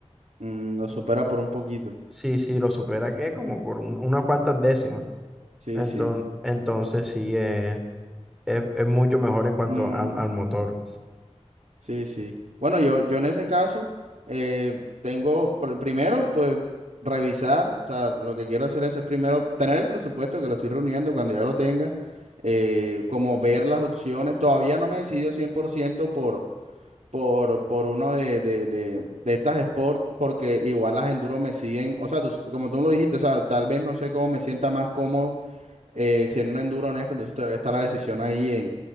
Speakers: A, on the right (about 85°); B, in the centre.
A: mm, lo supera por un poquito.
B: Sí, sí, lo supera que como por un- unas cuantas décimas.
A: Sí,
B: Enton-
A: sí.
B: entonces sí, eh, es, es mucho mejor en cuanto
A: Mm,
B: al, al motor.
A: sí, sí. Bueno, yo, yo en ese caso eh, tengo, pr- primero, pues revisar, o sea, lo que quiero hacer eso es primero tener el presupuesto que lo estoy reuniendo cuando ya lo tenga, eh, como ver las opciones. Todavía no me he decidido 100% por por, por uno de, de, de, de estas sports, porque igual las enduro me siguen, o sea, tú- como tú lo dijiste, o sea, tal vez no sé cómo me sienta más cómodo eh, si en un enduro en este, entonces todavía está la decisión ahí en,